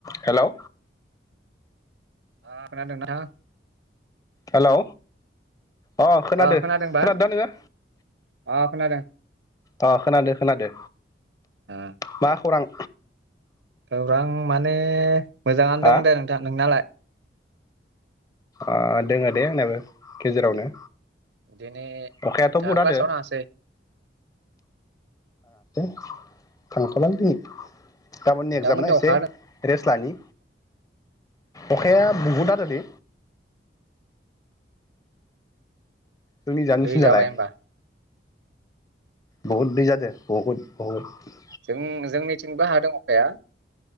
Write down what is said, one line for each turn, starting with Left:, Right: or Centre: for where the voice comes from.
Left: Hello
Right: अ खोनादोंना?
Left: Hello. अ खोनादो
Right: ओ खोनादोंबा
Left: खोनादोना नोङो
Right: अ खोनादों
Left: अ' खोनादो-खोनादो।
Right: ओ
Left: मा खौरां?
Right: खौरां माने मोजाङानो
Left: हा
Right: दं दे नोंथां नोंनालाय
Left: ओ दोङो दे आंनाबो गेजेरावनो
Right: दिनै
Left: अखायाथ'
Right: नोंथांङा
Left: बुहुद हादो
Right: क्लासआव थाङासै।
Left: थांथलालै दिनै। गाबोननो
Right: नोंथांमोननियाव
Left: एगजाम ना एसे
Right: अखा हादों
Left: रेस्ट लानि अखाया बहुद हादोदि। जोंनि जा निसिना
Right: दै जाबाय
Left: लाय।
Right: होमबा
Left: बहुत दै जादो बहुत-बहुत।
Right: जों जोंनिथिंबो हादों अखाया